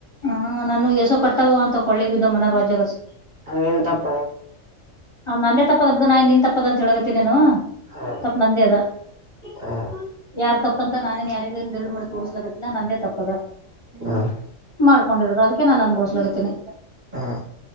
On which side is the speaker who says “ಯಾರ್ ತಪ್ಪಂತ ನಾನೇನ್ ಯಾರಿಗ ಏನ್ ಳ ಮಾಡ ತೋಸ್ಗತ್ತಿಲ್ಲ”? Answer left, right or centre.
Left